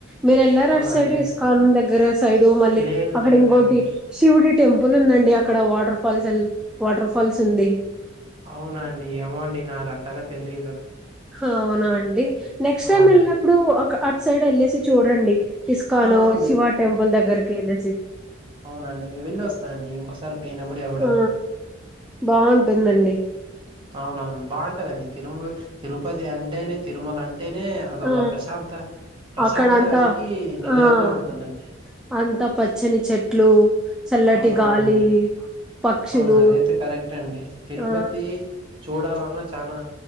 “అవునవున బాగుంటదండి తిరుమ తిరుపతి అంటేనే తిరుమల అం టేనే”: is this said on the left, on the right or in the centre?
Right